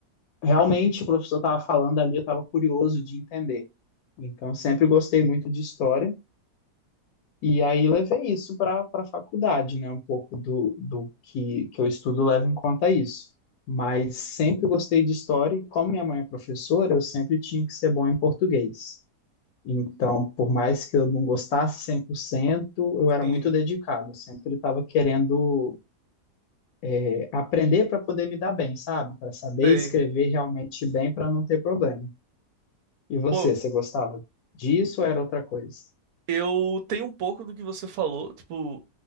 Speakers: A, on the left (about 70°); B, on the right (about 70°).
A: realmente o professor estava falando ali, eu estava curioso de entender. Então sempre gostei muito de história. E aí levei isso para para a faculdade, né? Um pouco do, do que, que eu estudo leva em conta isso. Mas sempre gostei de história e como minha mãe é professora, eu sempre tinha que ser bom em português. Então, por mais que eu não gostasse 100%, eu era
B: sim,
A: muito dedicado, eu sempre estava querendo eh, aprender para poder me dar bem, sabe? Para saber
B: sei.
A: escrever realmente bem para não ter problema. E você,
B: Pô,
A: você gostava disso ou era outra coisa?
B: eu tenho um pouco do que você falou, tipo,